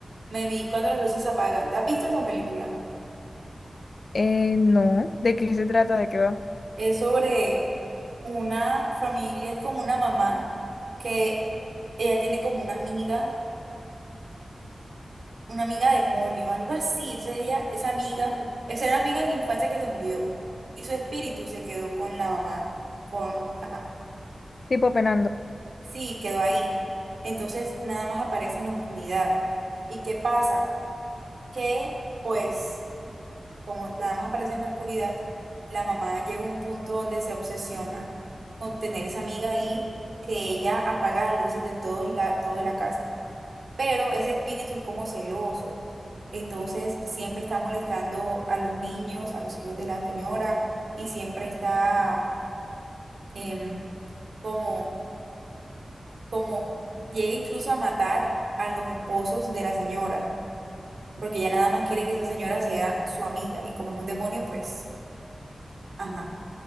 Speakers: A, on the right; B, on the left.
A: Me vi cuando las luces se apagan. ¿Te has visto esa película?
B: Eh, no, ¿de qué se trata? ¿De qué va?
A: Es sobre una familia, es como una mamá que ella tiene como una amiga, una amiga demonio, algo así. Entonces ella, esa amiga, esa era una amiga de la infancia que se murió y su espíritu se quedó con la mamá. Con, ajá.
B: Tipo penando.
A: Sí, quedó ahí. Entonces nada más aparece en la oscuridad. ¿Y qué pasa? Que pues como nada más aparece en la oscuridad, la mamá llega a un punto donde se obsesiona con tener esa amiga ahí que ella apaga las luces de todo la, toda la casa. Pero ese espíritu es como celoso. Entonces siempre está molestando a los niños, a los hijos de la señora y siempre está em, como como llega incluso a matar a los esposos de la señora, porque ella nada más quiere que esa señora sea su amiga, y como es un demonio, pues, ajá.